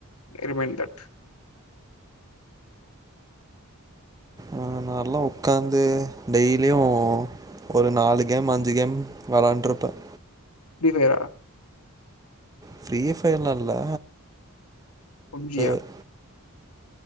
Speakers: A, on the left (about 75°); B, on the right (about 15°).
A: ரிமைன் தட்
B: ஆஹ் நல்லா உக்காந்து டெய்லியும் ஒரு நாலு கேம் அஞ்சு கேம் விளையாண்டு இருப்பேன்
A: <unintelligible>
B: ஃப்ரீ ஃபயர்லாம் இல்ல
A: பப்ஜியா
B: <unintelligible>